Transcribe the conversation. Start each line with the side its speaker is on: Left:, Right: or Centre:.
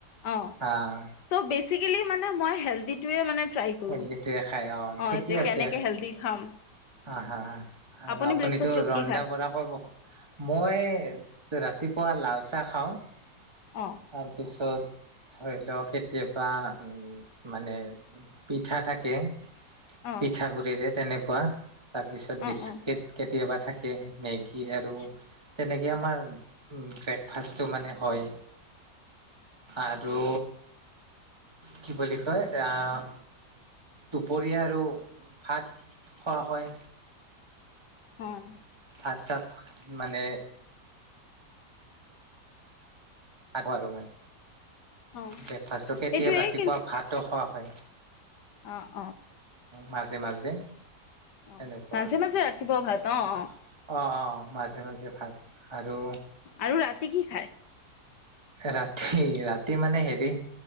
Left: অহ,
Right: আহ
Left: চব বেছি বেচিকেলী মানে মই হেল্ডিটোৱে মানে ট্ৰায় কৰো।
Right: হেল্ডিটোৱে খায়
Left: অহ,
Right: ঠিকেই
Left: যে
Right: আছে
Left: কেনেকে হেল্দি খাম
Right: অ, হা, আৰু
Left: আপুনি
Right: আপুনিতো
Left: ব্ৰেকফাষ্টত
Right: ৰন্ধা
Left: কি খায়
Right: বঢ়া কৰি <unintelligible> মই ৰাতিপুৱা লাল চাহ খাওঁ। তাৰপিছত
Left: অঁ
Right: ধৰি লওঁক কেতিয়াবা মানে পিঠা থাকে।
Left: অঁ
Right: পিঠাগুড়িৰে তেনেকুৱা। তাৰপিছত
Left: অঁ
Right: বিস্কিট
Left: অঁ
Right: কেতিয়াবা থাকে। মেগী আৰু
Left: আচ্ছা
Right: তেনে এ আমাৰ ব্ৰেকফাষ্টটো মানে হয়। আৰু কি বুলি কয়, আহ! দুপৰীয়া আৰু ভাত খোৱা হয়।
Left: অঁ
Right: ভাত চাত মানে <unintelligible> আৰু মানে।
Left: অঁ
Right: ব্ৰেকফাষ্টটো কেতিয়া
Left: এইটোৱেই
Right: <unintelligible> ৰাতিপুৱা ভাতো খোৱা হয়।
Left: অ'।
Right: মাজে মাজে
Left: অঁ
Right: এনেকুৱা
Left: মাজে মাজে ৰাতিপুৱা ভাত অঁ
Right: অ'
Left: অঁ
Right: অ'। মাজে মাজে ভাত আৰু
Left: আৰু ৰাতি কি খায়?
Right: ৰাতি ৰাতি মানে হেৰি,